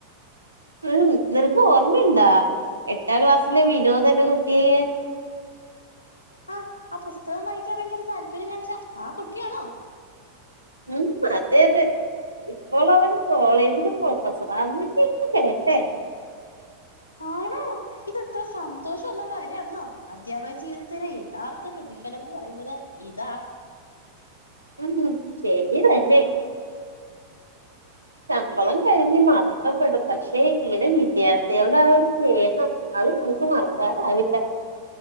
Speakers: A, on the right; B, on the left.
A: ആ നിനക്ക് ഓർമ്മിണ്ടാ എട്ടാം ക്ലാസ്സിലെ വിനോദെന്ന കുട്ടിയേ?
B: ആഹ് ആ പുസ്തകം വായിക്കാൻ ഭയങ്കര താല്പര്യം കാണിച്ച ആ കുട്ടിയാണോ?
A: ഉം അതെ അതെ ഇപ്പോൾ അവൻ കോളേജില് പ്രൊഫസറാന്നക്കയ കേട്ടെ.
B: ആണോ ഇതെത്ര സന്തോഷൊള്ള കാര്യെന്നോ അദ്ധ്യാപക ജീവിതത്തിന്റെ യഥാർത്ഥ പ്രതിഫലന്ന് പറയുന്നത് ഇതാ.
A: ഉം ശരി തന്നെ ശമ്പളം കഴിഞ്ഞ് മറക്കപ്പെടും പക്ഷെ ഈടെ വിദ്യാർത്ഥികളുടെ ആ ഒരു സ്നേഹം അത് നമുക്ക് മറക്കാനാവില്ല.